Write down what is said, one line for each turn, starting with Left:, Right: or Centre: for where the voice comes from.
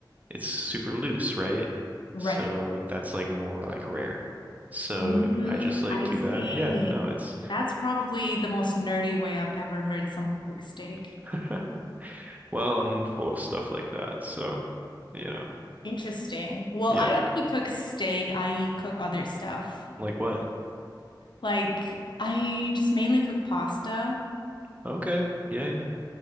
Right: it's super loose, right?
Left: Right.
Right: So that's like more like rare. So
Left: Mm,
Right: I just like
Left: I
Right: do
Left: see.
Right: that. Yeah, no, it's
Left: That's probably the most nerdy way I've ever heard someone cook steak.
Right: <laughs> well, I'm full of stuff like that. So, you know,
Left: Interesting. Well,
Right: yeah.
Left: I don't really cook steak. I cook other stuff.
Right: Like what?
Left: Like I just mainly cook pasta.
Right: Okay. Yeah, yeah.